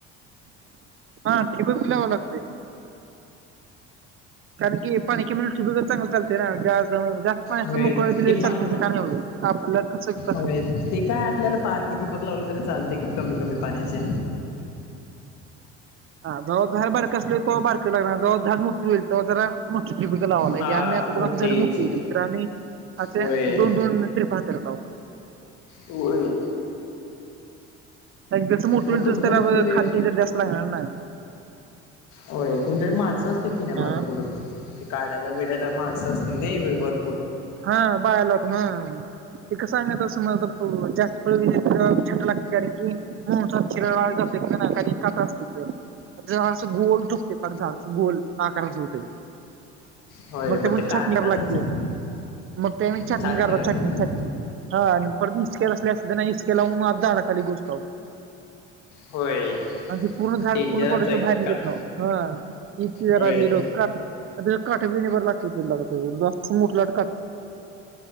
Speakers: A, on the right; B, on the left.
A: हा ठिबक लावावं लागते. कारण की पाणी ठि टिबत चांगलं चालते ना जास् जास्त पाण्या
B: होय.
A: मोकळ
B: ते
A: दिले
B: बारक्या
A: चालते स का नाही आपल्याला कसं कस
B: होय ते काय आपल्याला पार्क इथे बघ लावलं तरी चालते कि, कमी कमी पाण्याचे.
A: हा जवा झाड बारकं असले त बारक लागणार जवा झाड मोठू होईल तेवा जरा ह बा लावा लागली
B: हा
A: आम्ही आता
B: मोठेच
A: बघ आमडे बुक केली तर आम्ही <unintelligible> असे
B: होय.
A: दोन दोन ट्रिप हातरताव.
B: होय.
A: ऐक जसं मोठं
B: मग तुमच्याकडे
A: तसं त्याला व
B: तेवढे
A: खाद्य जर जास्त लागणार ना.
B: होय तुमच्याकडे माणसं असतील कि, नाही भरपूर
A: हा
B: ते काढायला बिडायला माणसं अस न ब <unintelligible>
A: हा बाला होत ह त सांगात असम जात <unintelligible> विय छट लागते कारण की मोिरा जातो की काटा असते तर <unintelligible> झाडच गोल तुटते पग झाडाचा गोल आकाराच होते.
B: होय
A: मग ते पण
B: काढताच
A: छाटणी करायला
B: कसं
A: त्या.
B: तुम्ही?
A: मग ते मी चटणी
B: छाटणी
A: करतो
B: करता?
A: चटणी चटणी हा आणि पर तू इच केलातर. इसक लावून माडा खाली घुमजाव.
B: होय
A: आणि त पूर्ण झाड
B: डेंजरच
A: पूर्ण पड
B: आहे
A: त
B: की
A: बाहेर निघत
B: काम
A: <unintelligible>
B: होय.
A: नाीली काठ बिणीवरर लाग दि लागते मुठ <unintelligible> ला